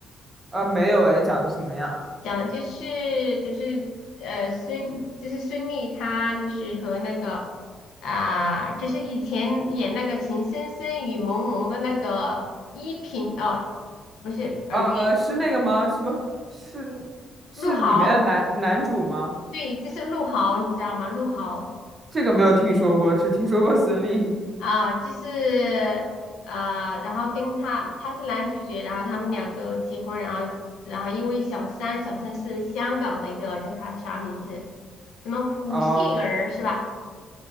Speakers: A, on the right; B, on the left.
A: 啊没有哎，讲的什么呀？
B: 讲的就是就是呃孙就是孙俪她就是和那个啊、就是以前演那个《情深深雨蒙蒙》的那个依萍哦，不是尔虞
A: 啊是那个吗？什么是是里面的男男主吗？
B: 陆豪，对，就是陆豪，你知道吗？陆豪
A: 这个没有听说过，只听说过孙俪
B: 啊、就是啊然后跟他他是男主角，然后他们两个结婚，然后然后因为小三，小三是香港的一个叫他啥名字？什么胡杏儿是吧？
A: 啊。哦